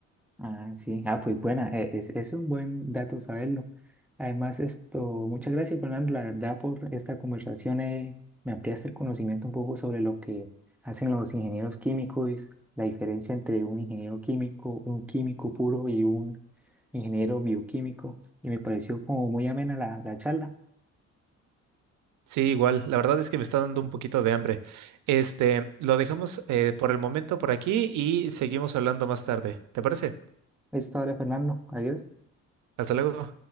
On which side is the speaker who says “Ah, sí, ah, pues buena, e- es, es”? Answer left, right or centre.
Centre